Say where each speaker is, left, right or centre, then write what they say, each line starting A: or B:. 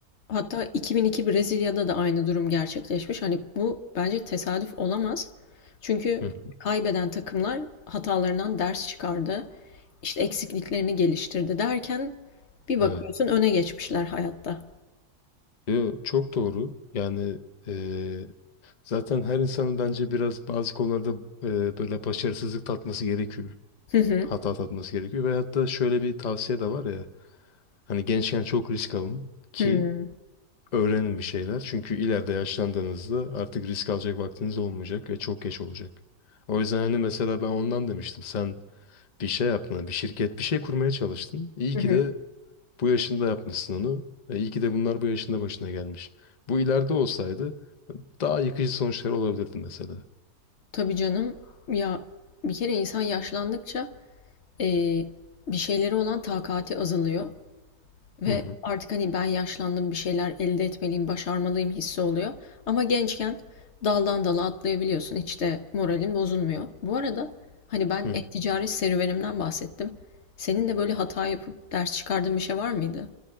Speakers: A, on the left (about 50°); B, on the left (about 80°).
A: Hatta 2002 Brezilya'da da aynı durum gerçekleşmiş. Hani bu bence tesadüf olamaz. Çünkü
B: Hı. hı.
A: kaybeden takımlar hatalarından ders çıkardı. İşte eksikliklerini geliştirdi derken bir bakıyorsun
B: Evet.
A: öne geçmişler hayatta.
B: Yo, çok doğru. Yani eee, zaten her insanın bence biraz bazı konularda eee, böyle başarısızlık tatması gerekiyor.
A: Hı hı.
B: Hata tatması gerekiyor. Ve hatta şöyle bir tavsiye de var ya. Hani gençken çok risk alın ki
A: Hı
B: öğrenin bir şeyler. Çünkü ileride yaşlandığınızda artık risk alacak vaktiniz olmayacak ve çok geç olacak. O yüzden hani mesela ben ondan demiştim. Sen bir şey yaptın, bir şirket, bir şey kurmaya çalıştın. İyi
A: hı.
B: ki
A: hı.
B: de bu yaşında yapmışsın onu. Ve iyi ki de bunlar bu yaşında başına gelmiş. Bu ileride olsaydı daha yıkıcı sonuçlar olabilirdi mesela.
A: Tabii canım ya bir kere insan yaşlandıkça eee, bir şeyleri olan takati azalıyor. Ve
B: Hı hı.
A: artık hani ben yaşlandım bir şeyler elde etmeliyim, başarmalıyım hissi oluyor. Ama gençken daldan dala atlayabiliyorsun. Hiç de moralin bozulmuyor. Bu arada hani ben
B: Hı.
A: e-ticaret serüvenimden bahsettim. Senin de böyle hata yapıp ders çıkardığın bir şey var mıydı?